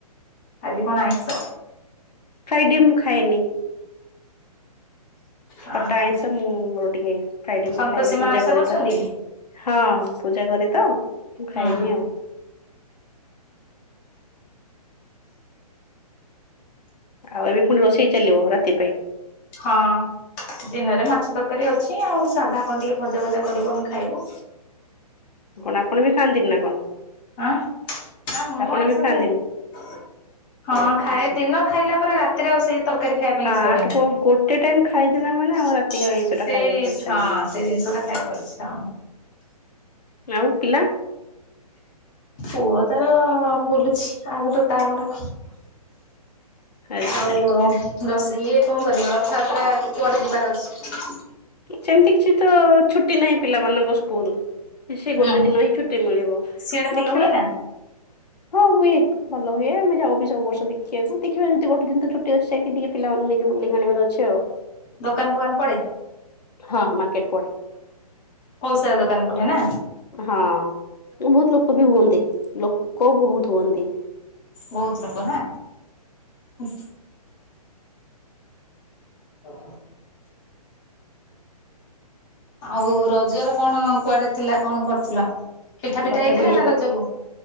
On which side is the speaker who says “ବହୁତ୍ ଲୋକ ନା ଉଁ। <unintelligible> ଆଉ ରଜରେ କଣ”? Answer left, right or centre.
Left